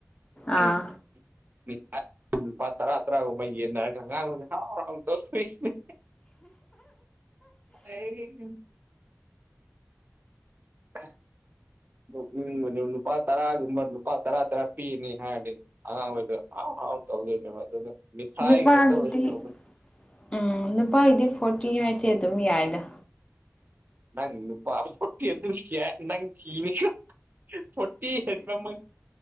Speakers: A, on the right (about 40°); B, on the left (about 20°).
A: <unintelligible>
B: ꯑꯥ
A: ꯑꯗꯨ ꯂꯨꯄꯥ ꯇꯔꯥ ꯇꯔꯥꯒꯨꯝꯕ ꯌꯦꯟꯅꯔꯒ ꯑꯉꯥꯡ ꯍꯔꯥꯎ ꯍꯔꯥꯎꯅ ꯇꯧ ꯁꯤꯅꯦ ꯅꯨꯡꯉꯥꯏꯔꯦꯅꯦ <unintelligible> ꯅꯣꯛꯅꯤꯡꯕꯅꯦ ꯂꯨꯄꯥ ꯇꯔꯥꯒꯨꯝꯕ ꯂꯨꯄꯥ ꯇꯔꯥ ꯇꯔꯥ ꯄꯤꯅꯤ ꯍꯥꯏꯔꯗꯤ ꯑꯉꯥꯡꯈꯩꯗ ꯍꯥꯔꯥꯎ ꯍꯔꯥꯎ ꯇꯧꯗꯣꯏꯅꯦꯕ ꯑꯗꯨꯗ ꯃꯤꯊꯥꯏ
B: ꯅꯨꯄꯥꯒꯤꯗꯤ
A: ꯈꯦꯛꯇ ꯑꯣꯏꯔꯁꯨ ꯇꯧꯕꯅꯦ
B: ꯎꯝ ꯅꯨꯄꯥꯒꯤꯗꯤ ꯐꯣꯔꯇꯤ ꯍꯥꯏꯁꯦ ꯑꯗꯨꯝ ꯌꯥꯏꯌꯦꯗꯥ
A: ꯅꯪ ꯏ ꯄꯤ ꯑꯦ ꯑꯗꯨꯌꯥ ꯏ ꯆꯅꯤ ꯐꯣꯔꯇꯤ ꯍꯦꯟꯕꯃꯛ